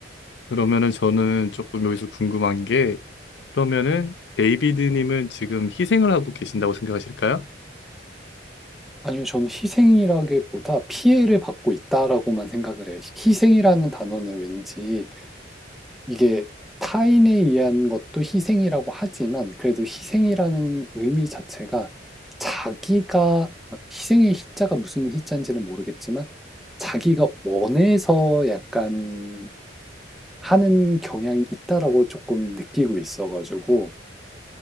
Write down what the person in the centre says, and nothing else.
아니요, 저는 희생이라기보다 피해를 받고 있다라고만 생각을 해요. 희생이라는 단어는 왠지 이게 타인에 의한 것도 희생이라고 하지만 그래도 희생이라는 의미 자체가 자기가 희생의 희자가 무슨 희자인지는 모르겠지만 자기가 원해서 약간 하는 경향이 있다라고 조금 느끼고 있어가지고